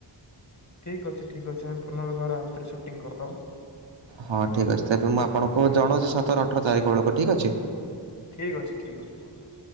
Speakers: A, on the left; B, on the right.
A: ଠିକ୍ ଅଛି ଠିକ୍ ଅଛି ଆମେ ପୁନର୍ବାର ଆଉଥରେ ସୁଟିଂ କରିଦବା।
B: ହଁ ଠିକ୍ ଅଛି ତାକୁ ମୁଁ ଆପଣଙ୍କୁ ଜଣାଉଛି ସତର ଅଠର ତାରିଖ। ବେଳକୁ ଠିକ୍ ଅଛି।
A: ଠିକ ଅଛି ଠିକ ଅଛି ବନ୍ଧୁ।